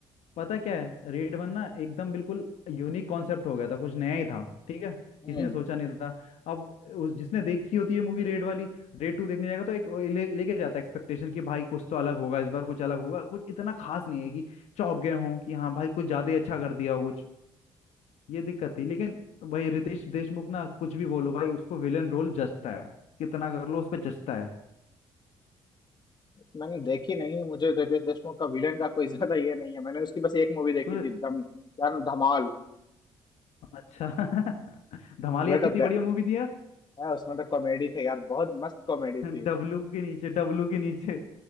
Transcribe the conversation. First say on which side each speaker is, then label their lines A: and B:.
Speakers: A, on the left; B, on the left.
A: पता है क्या है रेड वन ना एकदम बिल्कुल यूनिक कॉन्सेप्ट हो गया था कुछ नया ही था ठीक है
B: हम्म
A: किसी ने सोचा नहीं था अब उस जिसने देखी होती है मूवी रेड वाली रेड टू देखने जाएगा तो एक वो ले, लेके जाता है एक्सपेक्टेशन कि भाई कुछ तो अलग होगा इस बार कुछ अलग होगा कुछ इतना खास नहीं है कि चौंक गए हों कि हाँ भाई कुछ ज्यादा ही अच्छा कर दिया हो ये दिक्कत थी लेकिन भाई रितेश देशमुख ना कुछ भी बोलो भाई उसको विलन रोल जचता है कितना कर लो उस पे जचता है
B: मैंने देखी नहीं मुझे रितेश देशमुख का विलेन का कोई <laughs> ज्यादा ये नहीं है मैंने उसकी बस एक मूवी देखी
A: तो
B: थी दम यार धमाल
A: अच्छा <laughs> धमालिया
B: उसमें
A: कितनी
B: तो
A: बढ़िया मूवी थी यार
B: गए उसमें तो कॉमेडी थे यार बहुत मस्त कॉमेडी
A: <laughs>
B: थी
A: डब्लू के नीचे डब्लू के नीचे